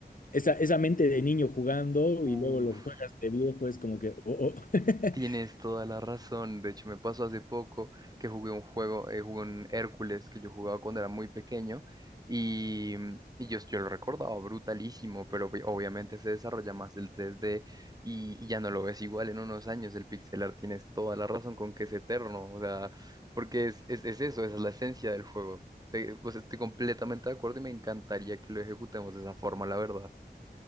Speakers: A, on the left (about 50°); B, on the right (about 20°).
A: esa, esa mente de niño jugando y
B: Uf.
A: luego lo juegas de viejo, es como que, oh, oh. <laughs>
B: Tienes toda la razón. De hecho, me pasó hace poco que jugué un juego, eh, jugué un Hércules que yo jugaba cuando era muy pequeño y, mm, y yo, yo lo recordaba brutalísimo, pero obvi- obviamente se desarrolla más el 3D y, y ya no lo ves igual en unos años. El pixel art tienes toda la razón con que es eterno, o sea, porque es, es, es eso, esa es la esencia del juego. Te- pues estoy completamente de acuerdo y me encantaría que lo ejecutemos de esa forma, la verdad.